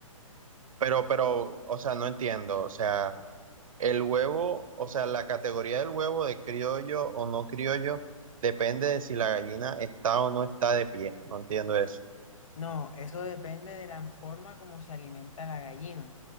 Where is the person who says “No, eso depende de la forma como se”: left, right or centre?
Left